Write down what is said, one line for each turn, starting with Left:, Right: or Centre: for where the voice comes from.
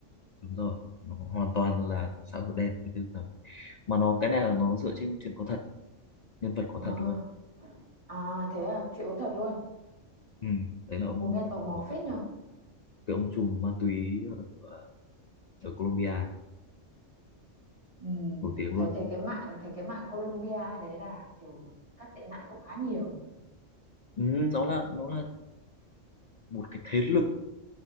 Left: đúng rồi nó hoàn toàn là xã hội đen cái thứ đó. mà nó cái này là nó dựa trên chuyện có thật nhân vật có
Right: à,
Left: thật luôn
Right: à thế à chuyện có thật luôn
Left: ừ. đấy là ông
Right: ủa nghe tò mò
Left: một
Right: phết
Left: cái,
Right: nhỉ
Left: cái ông trùm ma túy ở, à, ở Colombia
Right: Ừ.
Left: nổi tiếng
Right: Thấy
Left: luôn
Right: thấy cái mạng thấy cái mạng Colombia đấy là kiểu các tệ nạn cũng khá nhiều.
Left: ừ, nó là nó là một cái thế lực